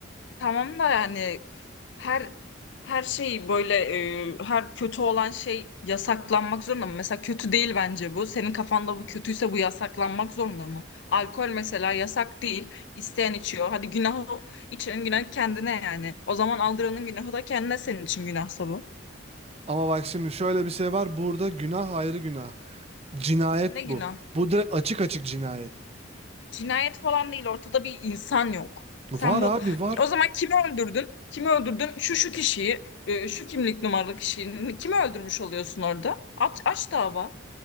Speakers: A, on the left; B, on the right.
A: Tamam da yani her her şey böyle e, her kötü olan şey yasaklanmak zorunda mı? Mesela kötü değil bence bu. Senin kafanda bu kötüyse bu yasaklanmak zorunda mı? Alkol mesela yasak değil. İsteyen içiyor. Hadi günahı içenin günahı kendine yani. O zaman aldıranın günahı da kendine senin için günahsa bu.
B: Ama bak şimdi şöyle bir şey var. Burada günah ayrı günah. Cinayet
A: Ne günah?
B: bu. Bu direkt açık açık cinayet.
A: Cinayet falan değil. Ortada bir insan yok. Sen
B: Var
A: bu
B: abi var.
A: o zaman kimi öldürdün? Kimi öldürdün? Şu şu kişiyi, e, şu kimlik numaralı kişiyi kimi öldürmüş oluyorsun orada? Aç, aç dava.